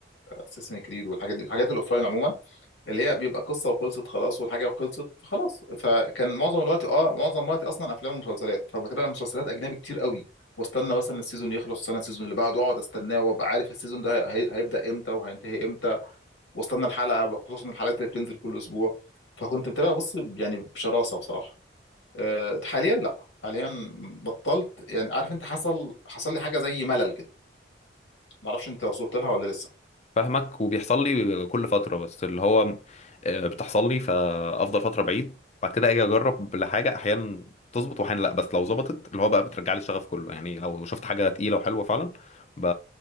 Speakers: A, on the left; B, on the left.
A: اساسن كريد والحاجات دي الحاجات الاوفلاين عموما اللي هي بيبقى قصه وخلصت خلاص والحاجه خلصت فخلاص فكان معظم الوقت اه معظم وقتي اصلا افلام ومسلسلات فبتابع مسلسلات اجنبي كتير قوي واستنى مثلا السيزون يخلص استنى السيزون اللي بعده اقعد استناه وابقى عارف السيزون ده هي- هيبدا امتى وهينتهي امتى واستنى الحلقه خصوصا الحلقات اللي بتنزل كل اسبوع فكنت متابع بص يعني بشراسه بصراحه آه، حاليا لا حاليا بطلت يعني عارف انت حصل حصل لي حاجه زي ملل كده ما اعرفش انت وصلت لها ولا لسه
B: فاهمك وبيحصل لي كل فترة بس اللي هو آه، بتحصل لي فأفضل فترة بعيد بعد كده أجي أجرب لحاجة أحيانا تظبط وأحيانا لأ بس لو ظبطت اللي هو بقى بترجع لي الشغف كله يعني لو شفت حاجة تقيلة وحلوة فعلا ب-